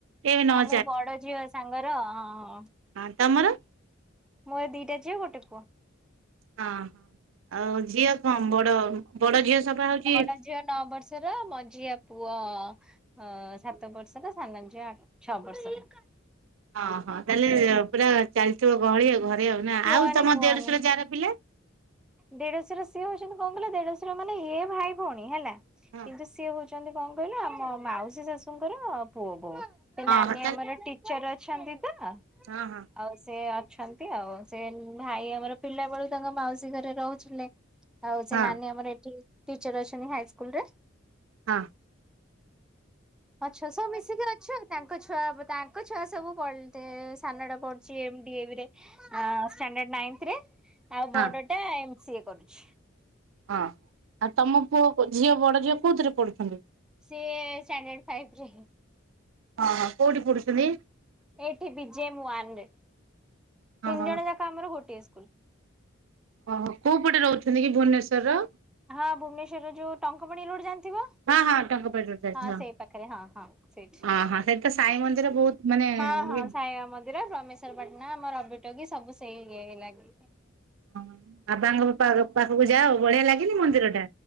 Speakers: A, on the right; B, in the centre.
A: ଏବେ ନଅ
B: ହଁ ମୋ ବଡ଼ ଝିଅ ସାଙ୍ଗର ଅଁ ଅଁ ଅଁ।
A: ଆନ୍ଥ ତମର
B: ମୋର ଦିଟା ଝିଅ ଗୋଟେ ପୁଅ।
A: ହଁ ଆଉ ଝିଅ କଣ ବଡ଼ ବଡ଼ ଝିଅ ସଫା ହଉଚି
B: ବଡ ଝିଅ ନଅ ବର୍ଷ। ର ମଝିଆ ପୁଅ ହଁ ସାତ ବର୍ଷର ସାନ ଝିଅ ଆ ଛଅ ବର୍ଷର।
A: ଅଁ ହଁ ତାହେଲେ ପୁରା ଚାଲିଥିବ ଗହଳି ଆଉ ଘରେ ଆଉ ନାଁ।
B: କୁହନି
A: ଆଉ ତମ
B: କୁହନି।
A: ଦେଢଶୁର ଯାର ପିଲା
B: ଦେଢଶୁର ସିଏ ହଉଚନ୍ତି କଣ କହିଲ ଦେଢଶୁର ମାନେ ଇଏ ଭାଇ ଭଉଣୀ ହେଲା।
A: ହଁ
B: କିନ୍ତୁ ସିଏ ହଉଚନ୍ତି କଣ କହିଲ ଆମ ମାଉସୀ ଶାଶୁଙ୍କର ପୁଅ ବୋହୂ। ସେ ନାନୀ
A: ହଁ
B: ଆମର ଟିଚର ଅଛନ୍ତି ତ।
A: ଅଁ ହଁ
B: ଆଉ ସେ ଅଛନ୍ତି ଆଉ ସେ ଭାଇ ଆମର ପିଲା ବେଳୁ ତାଙ୍କ ମାଉସୀ ଘରେ ରହୁଥିଲେ। ଆଉ ସେ
A: ହଁ
B: ନାନୀ ଆମର ଏଠି ଟିଚର ଅଛନ୍ତି ହାଇସ୍କୁଲରେ।
A: ହଁ
B: ଅଛୁ ସବୁ ମିଶିକି ଅଛୁ ତାଙ୍କ ଛୁଆ ତାଙ୍କ ଛୁଆ ସବୁ ପଲଟେ ସାନଟା ପ C M D A V ରେ ଷ୍ଟାଣ୍ଡାର୍ଡ ନାଇନ୍ଥରେ ଆଉ
A: ହଁ
B: ବଡଟା ଏମ୍ ସିଏ କରୁଛି।
A: ହଁ ଆଉ ତମ ପୁଅ ଝିଅ ବଡ଼ ଝିଅ କୋଉଥିରେ ପଢୁଛନ୍ତି?
B: ସିଏ ଷ୍ଟାଣ୍ଡାର୍ଡ ଫାଇପରେ।
A: ହଁ କୋଉଠି ପଢ଼ୁଛନ୍ତି?
B: ଏଇଠି ବି ଜେ ଏମ୍ ୱାନରେ
A: ଓହୋ।
B: ତିନି ଜଣ ଯାକ ଆମର ଗୋଟିଏ ସ୍କୁଲ।
A: ଓହୋ କୋଉ ପଟେ ରହୁଚନ୍ତି କି ଭୁବନେଶ୍ୱରର?
B: ହଁ ଭୁବନେଶ୍ୱରର ଯୋଉ ଟଙ୍କପାଣି ରୋଡ଼ ଜାଣିଥିବ।
A: ହଁ ହଁ ଟଙ୍କପାଟିରୁ ଯାଇଛି
B: ହଁ ସେଇ ପାଖରେ ହଁ ହଁ ସେଇଠି।
A: ହଁ ହଁ ସେଇଠି ତ ସାଇ ମନ୍ଦିର ବହୁତ ମାନେ
B: ହଁ ହଁ
A: ଇଏ
B: ସାଇବାବା ମନ୍ଦି ର, ବ୍ରହ୍ମେଶ୍ବରପାଟଣା ଆମର ରବି ଟକିଜ ସବୁ ସେଇ ଇଏ ଲାଗିକି।
A: ହଁ ବାବାଙ୍କ ପା ପାଖକୁ ଯାଅ ବଢିଆ ଲାଗେନି ମନ୍ଦିରଟା?